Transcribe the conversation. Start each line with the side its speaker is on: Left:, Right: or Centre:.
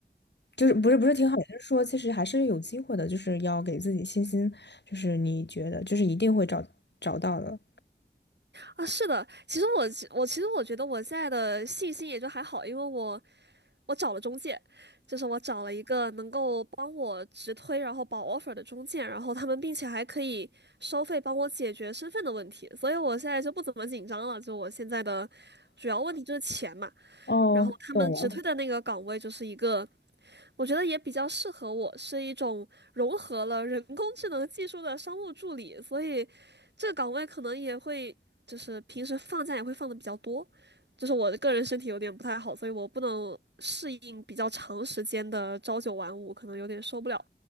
Left: 就是不是不是挺好，就是说其实还是有机会的，就是要给自己信心，就是你觉得就是一定会找找到的。
Right: 啊。是的，其实我我其实我觉得我现在的信心也就还好，因为我。我找了中介，就是我找了一个能够帮我直推，然后保 offer 的中介，然后他们并且还可以收费帮我解决身份的问题，所以我现在就不怎么紧张了。就我现在的主要问题就是钱嘛，
Left: 哦，
Right: 然后他们直推的那个岗位就是一个
Left: 懂了。
Right: 我觉得也比较适合我，是一种融合了人工智能技术的商务助理，所以这个岗位可能也会就是平时放假也会放的比较多。就是我的个人身体有点不太好，所以我不能适应比较长时间的朝九晚五，可能有点受不了，